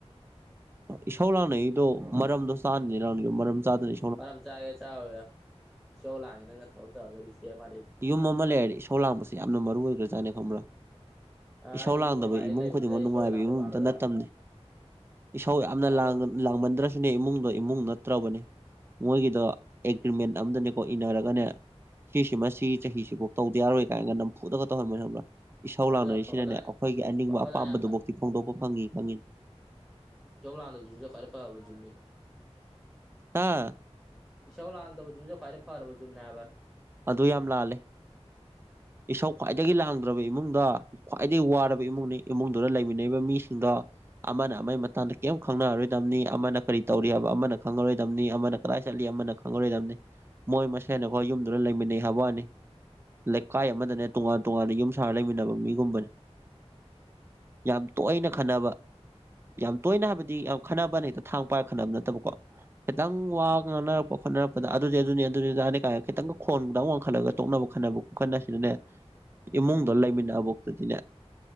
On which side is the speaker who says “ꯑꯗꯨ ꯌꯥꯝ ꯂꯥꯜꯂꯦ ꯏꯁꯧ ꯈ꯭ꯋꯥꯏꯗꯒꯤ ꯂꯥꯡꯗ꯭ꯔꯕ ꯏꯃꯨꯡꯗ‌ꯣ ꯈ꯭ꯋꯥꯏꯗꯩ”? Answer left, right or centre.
Right